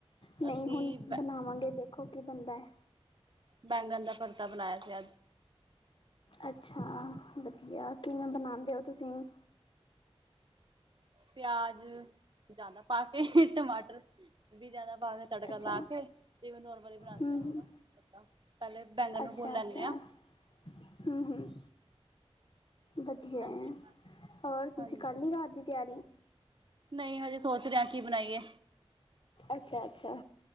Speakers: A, on the left (about 55°); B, on the right (about 50°).
A: ਨਹੀਂ
B: ਅਸੀਂ
A: ਹੁਣ
B: ਬੈ
A: ਬਣਾਵਾਂਗੇ ਦੇਖੋ ਕੀ ਬਣਦਾ ਹੈ।
B: ਬੈਂਗਣ ਦਾ ਭਰਥਾ ਬਣਾਇਆ ਸੀ ਅੱਜ।
A: ਅੱਛਾ, ਵਧੀਆ ਕਿਵੇਂ ਬਣਾਉਂਦੇ ਹੋ ਤੁਸੀਂ?
B: ਪਿਆਜ਼ ਜ਼ਿਆਦਾ ਪਾ ਕੇ ਟਮਾਟਰ ਵੀ ਜ਼ਿਆਦਾ ਪਾ ਕੇ, ਤੜਕਾ
A: ਅੱਛਾ
B: ਲਾ ਕੇ ਤੇ ਨੋਰਮਲੀ ਬਣਾਂਦੇ
A: ਹੂੰ
B: ਆ ਮੰਮਾ
A: ਹੂੰ
B: ਭਰਥਾ। ਪਹਿਲੇ ਬੈਂਗਣ ਨੂੰ
A: ਅੱਛਾ
B: ਭੁੰਨ ਲੈਨੇ
A: ਅੱਛਾ
B: ਆ।
A: ਹੂੰ ਹੂੰ ਵਧੀਆ
B: ਹਾਂਜੀ।
A: ਹੈ, ਹੋਰ ਤੁਸੀਂ
B: ਹਾਂਜੀ।
A: ਕਰ ਲਈ ਰਾਤ ਦੀ ਤਿਆਰੀ?
B: ਨਹੀਂ, ਹਜੇ ਸੋਚ ਰਹੇ ਆ ਕੀ ਬਣਾਈਏ।
A: ਅੱਛਾ- ਅੱਛਾ।